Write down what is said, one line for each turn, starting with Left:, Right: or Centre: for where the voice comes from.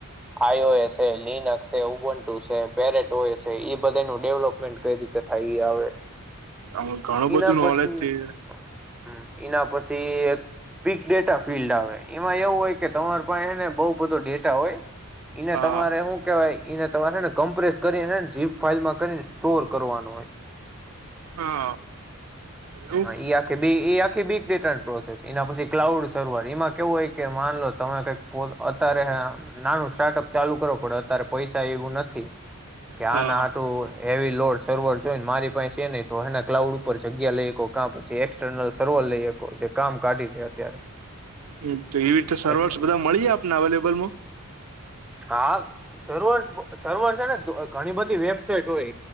Centre: આઈઓએસ લિન છે, ઉબોન ટુસે પેરેટોયસ ડેવલપમેન્ટ કઈ રીતે થાય આવે
Right: આમાં ઘણું
Centre: એના
Right: બધું નોલેજ
Centre: પછી હમ્મ
Right: છે
Centre: એના પછી એક પીગ ડેટા ફિલ્ડ આવે એમાં એવું હોય કે તમાર પાસે એને બહ બધો ડેટા હોય એને
Right: હા
Centre: તમારે શું કેવાય ને તમારે ને કમ્પ્રેસ કરી ને જીપ ફાાઈલમાં કરીને સ્ટોર કરવાનો હોય.
Right: હા એવું
Centre: હા આખી બી એ આ બીટ પ્રોસેસ એના પછી ક્લાઉડ સર્વર એમાં કેવું હોય, કે માન લો તમે કઈક અત રહે નાનું સ્ટાર્ટઅપ ચાલુ કરવો પડે અત્યારે પૈસા એવું નથી, કે
Right: હા
Centre: આ નાટું એવી લોડ સર્વર જોઈને, મારી પાસે એ નહી તો એના ક્લાઉડ ઉપર જગ્યા લઈકો ક્યા પછી એક્સટર્નલ સર્વર લઈકો, કામ કાઢી દે અત્યારે
Right: હમ્મ તો એવી રીતે સર્વર્સ
Centre: એટલે
Right: બધા મળી જાય આપને અવેલેબલમાં
Centre: હા, સર્વર સર્વર છે ને ઘણી બધી વેબસાાઈટ હોય.